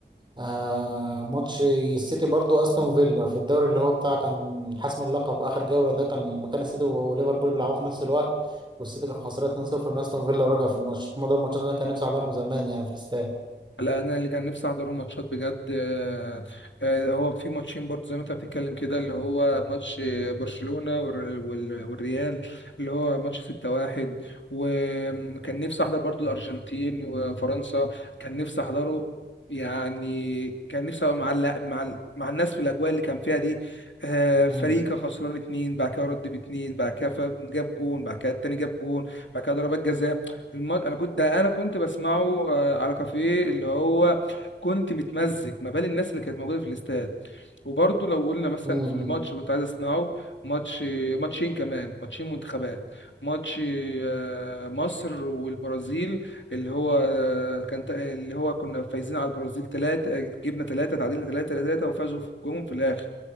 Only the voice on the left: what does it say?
لا انا اللي كان نفسي احضره ماتشات بجد آه، آه، هو في ماتشين برضه زي ما انت بتتكلم كده اللي هو ماتش برشلونة والر- وال- والريال اللي هو ماتش 6-1 وكان نفسي احضر برضه الارجنتين وفرنسا كان نفسي احضره يعني كان نفسي ابقى مع ال- مع ال- مع الناس في الاجواء اللي كان فيها دي آه، فريق
كان خسران اتنين بعد كده رد باتنين بعد كده ف- جاب جون بعد كده التاني جاب جون بعد كده ضربات جزاء المط... انا كنت انا كنت بسمعه آه، على كافيه اللي هو كنت متمزج ما بال الناس اللي كانت موجوده في الاستاد وبرضه لو قلنا مثلا
في الماتش كنت عايز اسمعه ماتش ماتشين كمان ماتشين منتخبات ماتش آه، مصر والبرازيل اللي هو آه، كان تق- اللي هو كنا فايزين على البرازيل ثلاثة جبنا ثلاثة تعادلنا ثلاثة ثلاثة وفازوا في الجون في الاخر